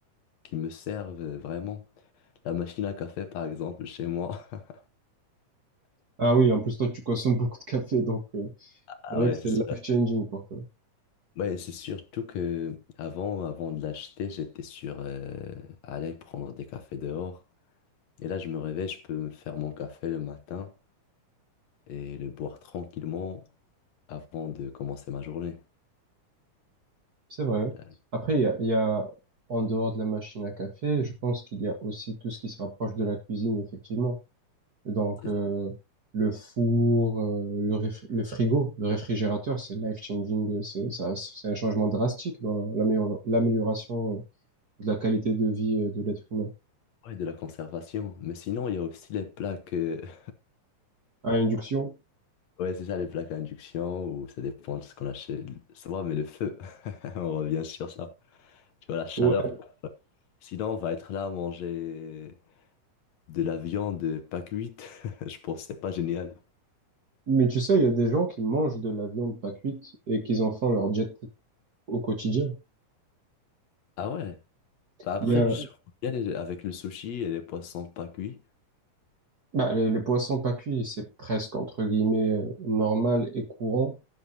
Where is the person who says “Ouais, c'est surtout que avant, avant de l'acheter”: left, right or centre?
Left